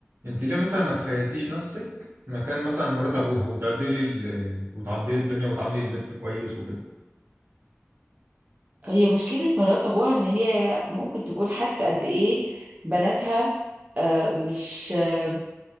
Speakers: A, on the right; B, on the right.
A: انت ليه مثلا ما تخيلتيش نفسك مكان مثلا مرات ابوها وتعدلي ال... وتعدلي الدنيا وتعاملي البيت كويس وكده
B: هي مشكلة مرات ابوها ان هي ممكن تكون حاسة قد ايه بناتها آه، مش آه،